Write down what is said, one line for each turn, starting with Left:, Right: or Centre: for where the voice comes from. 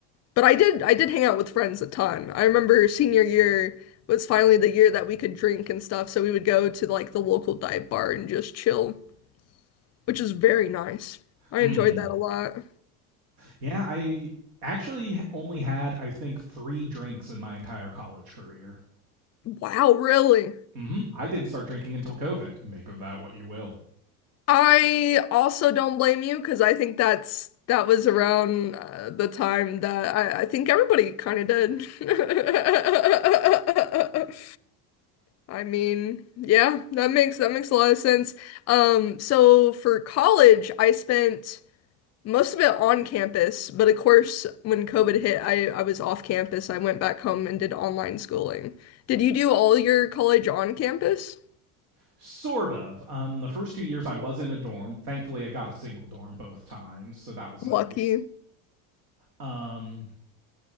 Left: but I did I did hang out with friends a ton. I remember senior year was finally the year that we could drink and stuff, so we would go to like the local dive bar and just chill, which is very nice. I
Right: Mm-hmm.
Left: enjoyed that a lot.
Right: Yeah, I actually only had I think three drinks in my entire college career.
Left: Wow, really?
Right: Mm-hmm. I didn't start drinking until COVID. Make of that what you will.
Left: I also don't blame you because I think that's that was around uh, the time that I, I think everybody kind of did. <laughs> I mean, yeah, that makes that makes a lot of sense. Um, so for college, I spent most of it on campus, but of course, when COVID hit, I I was off campus. I went back home and did online schooling. Did you do all your college on campus?
Right: Sort of. Um, the first two years I was in a dorm. Thankfully, I got a single dorm both times, so that was
Left: Lucky.
Right: nice. Um,